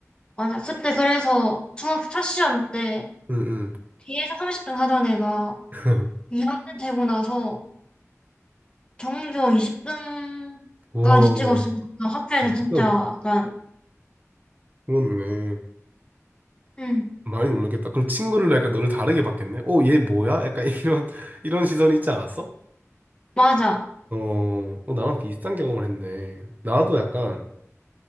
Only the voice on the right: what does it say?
응응.
<laughs>
우와,
그건
그렇네.
많이 놀랐겠다. 그럼 친구를 약간 너를 다르게 봤겠네. 어, 얘 뭐야? 약간 <laughs> 이런 이런 시선이 있지 않았어?
어, 어, 나랑 비슷한 경험을 했네. 나도 약간